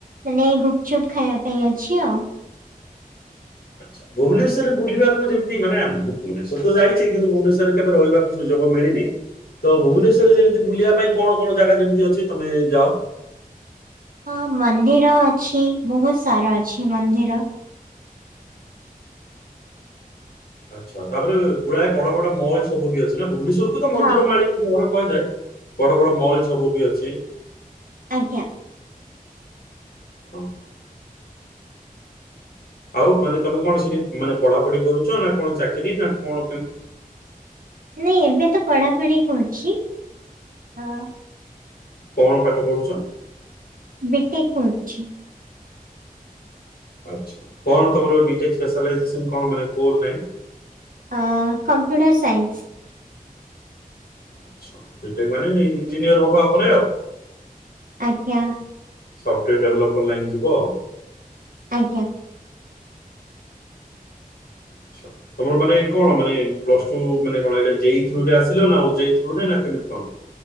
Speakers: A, on the right; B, on the left.
A: ମାନେ ଗୁପଚୁପ ଖାଇବା ପାଇଁାଇ ଅଛି ଆ
B: ଆଛା ଭୁବନେଶ୍ୱରରେ ବୁଲିବାକୁ ଯେମିତି ମାନେ ମୁଁ ଭୁବନେଶ୍ୱର ତ ଯାଇଛି କିନ୍ତୁଭୁବନେଶ୍ୱରରେ କେବେ ରହିବାକୁ ସୁଯୋଗ ମିଳିନି ତ ଭୁବନେଶ୍ଵରରେ ଯେମିତି ବୁଲିବା ପାଇଁ କଣ କଣ ଜାଗା ଯେମିତି ଅଛି ତମେ ଯାଅ <inaudible>
A: ହଁ ମନ୍ଦିର ଅଛି ବହୁତ ସାରା ଅଛି ମନ୍ଦିର
B: ଆଚ୍ଛା ତାପରେ ଗୁଡାଏ ବଡ ବଡ ମଲ୍ ସବୁ ବି ଅଛି ନା ଭୁବନେଶ୍ଵର କୁ ତ ମନ୍ଦିର
A: ହଁ
B: ମାଳ କୁହାଯାଏ ବଡ ବଡ ମଲ ସବୁ ବି ଅଛି
A: ଆଜ୍ଞା।
B: ଓ ହୋ ଆଉ ମାନେ ତମେ କଣ ସେଠି ମାନେ ପଢାପଢି କରୁଛ ନା କଣ ଚାକିରି ନା କଣ କେମିତି <inaudible>
A: ନାଇ ଏବେ ତ ପଢାପଢି କରୁଛି ହଁ
B: କଣ ପାଠ ପଢୁଛ?
A: ବିିଟେକେ କରୁଛି
B: ଆଛଆ କଣ ତମର ବି ଟ୍ୟାକ୍ସ ସ୍ପିସିଲ ହେଇଛି ସିମ୍ ମାନେ କୋଉ ଟାଇପ
A: ଅ କମ୍ପ୍ୟୁଟର ସାଇନ୍ସ
B: ଆଛା ବି ଟେକେ ମାନେ ଇଞ୍ଜିନିୟର ହବ ଆପରେ
A: ଆଜ୍ଞା
B: ସଫ୍ଟୱୋର ଡେଭଲପର ଲାଇନ୍ ଯିବ ଆ
A: ଆଜ୍ଞା
B: ଆଛା ତମର ମାନେ କଣ ମାନେ ପ୍ଲସ ଟୁ ମାନେ କଣ ଜେଇ ଥ୍ରୋ ରେ ଆସିଲ ନାଁ ମାନେ ଓଜେ ଥ୍ରୁ ନା କେ ଦ କଣ